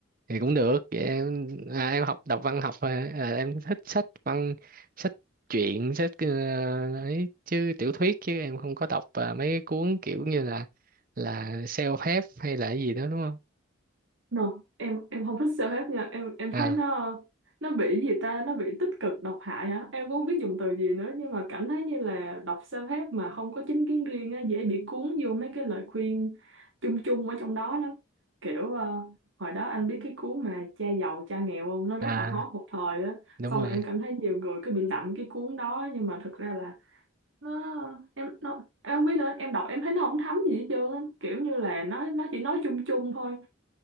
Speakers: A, on the right; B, on the right.
A: thì cũng được vậy em à, em học đọc văn học thôi hả? à, em thích sách văn sách truyện sách ờ, ấy chứ tiểu thuyết chứ em không có đọc à, mấy cuốn kiểu như là là self-help hay là cái gì đó đúng không
B: No, em em không thích self-help nha em em thấy
A: à
B: nó nó bị gì ta nó bị tích cực độc hại hả em cũng không biết dùng từ gì nữa nhưng mà cảm thấy như là đọc self-help mà không có chính kiến riêng á dễ bị cuốn vô mấy cái lời khuyên chung chung ở trong đó lắm kiểu ờ, hồi đó anh biết cái cuốn mà cha giàu cha nghèo không nó rất
A: à
B: là hot một thời á
A: đúng
B: xong
A: rồi
B: rồi em cảm thấy nhiều người cứ bị lậm cái cuốn đó nhưng mà thực ra là nó em nó em không biết nữa em đọc em thấy nó không thấm gì hết trơn á. kiểu như là nó nó chỉ nói chung chung thôi